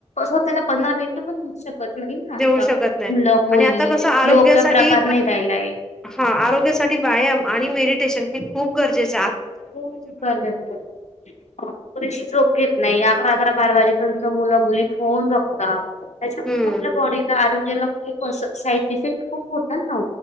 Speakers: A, on the left; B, in the centre.
A: स्वतःला पंधरा मिनटं पण देऊ शकत नाही ना आता
B: देऊ शकत नाही
A: मुलं मुली
B: आणि आता कसं आरोग्यासाठी
A: योग्य प्रकार नाही राहीलाय-
B: हा आरोग्यासाठी व्यायाम आणि मेडिटेशन हे खूप गरजेचे
A: हो बरोबर पुरेशी झोप घेत नाही अकरा अकरा बारा वाजेपर्यंत मुला मुली फोन बघता त्याच्यातुन
B: हम्म
A: आपल्या बॉडीला आरोग्याला खूप असं साईड इफेक्ट खूप होतात ना?